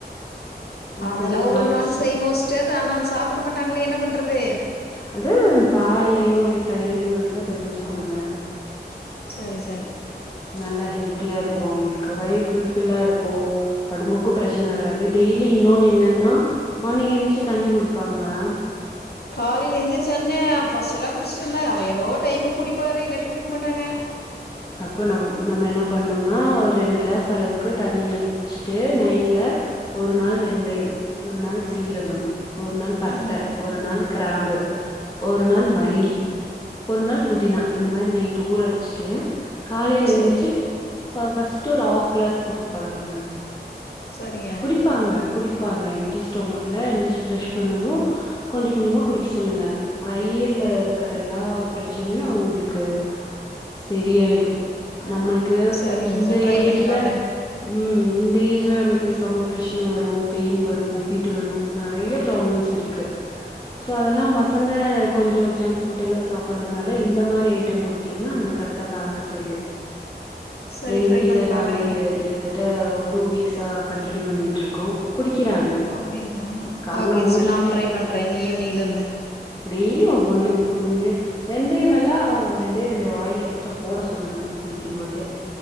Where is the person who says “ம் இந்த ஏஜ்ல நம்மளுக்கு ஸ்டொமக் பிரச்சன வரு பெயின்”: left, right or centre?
Left